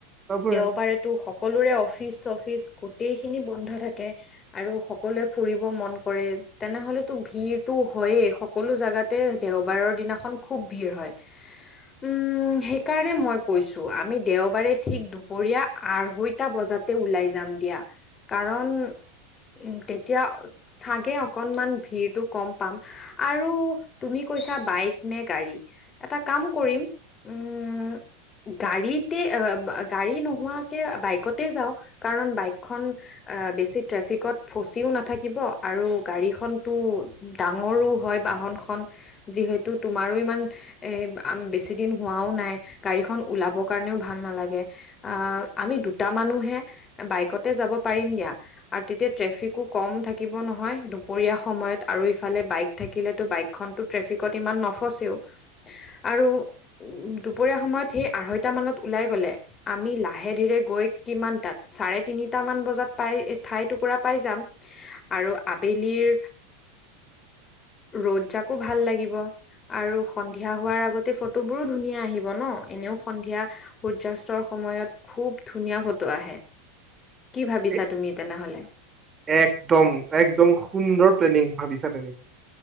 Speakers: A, on the right (about 20°); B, on the left (about 25°).
A: তাৰপৰা
B: দেওবাৰেতো সকলোৰে অফিচ চফিচ গোটেই খিনি বন্ধ থাকে আৰু সকলোৱে ফুৰিব মন কৰে তেনেহলেতো ভিৰটো হয়ে সকলো জাগাতে দেওবাৰৰ দিনাখন খুব ভিৰ হয় উম সেইকাৰণে মই কৈছো আমি দেওবাৰে ঠিক দুপৰীয়া আঢ়ৈটা বজাত তে ওলাই যাম দিয়া কাৰণ উ তেতিয়া চাগে অকনমান ভিৰটো কম পাম আৰু তুমি কৈছা বাইক নে গাড়ী এটা কাম কৰিম
A: <inaudible>
B: উম গাড়ীতে গাড়ী নোহোৱাকে বাইকতে যাওঁ কাৰণ বাইকখন বেছি ট্ৰেফিকত ফচিও নাথাকিব আৰু গাড়ীখনতো ডাঙৰো হয় বাহনখন। যিহেতু তুমাৰো ইমান এ বেছি দিন হোৱাও নাই গাড়ীখন ওলাব কাৰণেও ভাল নালাগে। গে আ আমি দুটা মানু্হে বাইকতে যাব পাৰিম দিয়া আৰু তেতিয়া ট্ৰেফিকো কম থাকিব নহয় দুপৰীয়া সময়ত, আৰু ইফালে বাইক থাকিলেতো বাইকখনতো ট্ৰেফিক কত ইমান নফছেও আৰু দূপৰীয়া সময়ত সি আঢ়ৈতা মানত উলাই গল লে বোলে আমি লাহে ধিৰে গৈ কিমান তাত চাৰে তিনিটা মান বজাত পায় ঠাই টকু পুৰা পাই যাম আৰু আবেলিৰ ৰ'দ জাকো ভাল লাগিব। আৰু সন্ধিয়া হোৱাৰ আগতে ফটোবোৰো ধুনীয়া আহিব ন এনেও সন্ধিয়া সূৰ্যয়াস্তৰ সময়ত খুব ধুনীয়া ফটো আহে।
A: <inaudible>
B: কি ভাবিছা
A: এ-
B: তুমি তেনেহ'লে?
A: একদম একদম সুন্দৰ প্লেনিং ভাবিছা তুমি